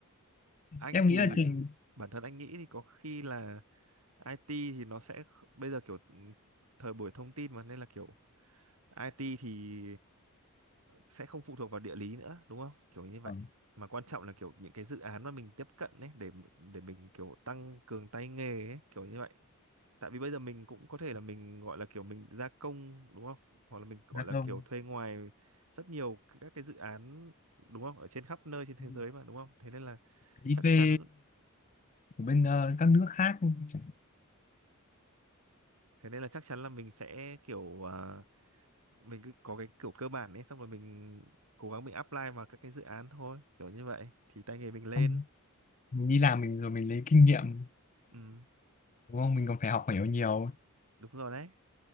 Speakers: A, on the left; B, on the right.
A: <laughs>
B: anh
A: em
B: thì
A: nghĩ là trình
B: bản thân anh nghĩ thì có khi là IT thì nó sẽ kh- bây giờ kiểu ừm, thời buổi thông tin mà nên là kiểu IT thì sẽ không phụ thuộc vào địa lý nữa đúng không kiểu như vậy
A: Ừ.
B: mà quan trọng là kiểu những cái dự án mà mình tiếp cận ấy để để mình kiểu tăng cường tay nghề ấy kiểu như vậy tại vì bây giờ mình cũng có thể là mình gọi là kiểu mình gia công đúng không hoặc là mình gọi
A: là
B: là
A: không
B: kiểu thuê ngoài rất nhiều các cái dự án đúng không ở trên khắp nơi trên thế
A: Ừ.
B: giới mà đúng không thế nên là
A: đi
B: chắc
A: thuê
B: chắn
A: của bên ờ, các nước khác chẳng-
B: thế nên là chắc chắn là mình sẽ kiểu à, mình cứ có cái kiểu cơ bản ấy xong rồi mình cố gắng mình apply vào các cái dự án thôi kiểu như vậy thì tay nghề mình lên
A: xong mình đi làm mình rồi mình lấy kinh nghiệm
B: ừ
A: đúng không mình còn phải học hiểu nhiều
B: đúng rồi đấy